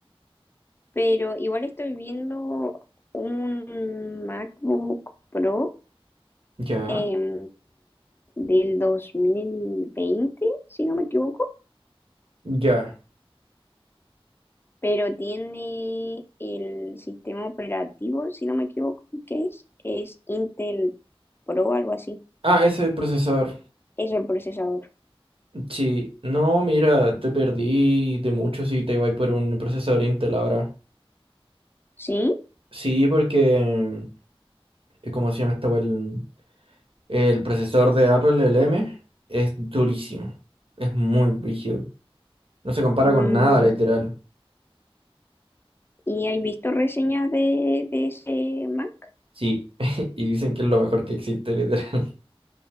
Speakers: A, on the left; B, on the right.
A: pero igual estoy viendo un MacBook Pro
B: ya,
A: em, del dos mil veinte, si no me equivoco.
B: ya.
A: pero tiene el sistema operativo, si no me equivoco, ¿qué es? Es Intel Pro, algo así.
B: Ah, ese procesador.
A: Es el procesador.
B: Sí, no, mira, te perdí de mucho si te vas por un procesador Intel ahora.
A: ¿Sí?
B: Sí, porque, eh, ¿cómo se llama esta wea? El, el procesador de Apple, el M, es durísimo. Es muy brígido. No se compara
A: Mm,
B: con nada, literal.
A: ¿y hay visto reseñas de, de ese Mac?
B: Sí, <laughs> y dicen que es lo mejor que existe, literal.